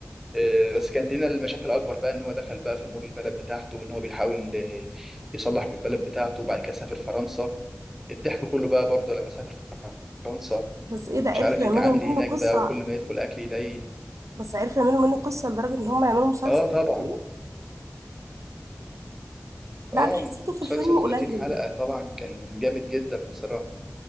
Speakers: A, in the centre; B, on the right (about 75°).
A: آه، بس كانت هنا المشاكل اكبر بقى ان هو دخل بقى في امور البلد بتاعته وان هو بيحاول آه، يصلح من البلد بتاعته وبعد كده سافر فرنسا الضحك كله بقى برضه لما سافر فرنسا
B: بس ايه ده عرفوا
A: مش عارف
B: يعملوا
A: يتعامل
B: منه
A: هناك
B: قصة
A: بقى وكل ما يدخل اكل يلاقي
B: بس عرفوا يعملوا منه قصة لدرجة ان هم يعملوا مسلسل
A: اه طبعا
B: إيه؟ لا
A: اه
B: انا حسيته في
A: مسلسل
B: الفيلم
A: 30
B: قليل يعني.
A: حلقة طبعا كان جامد جدا بصراحة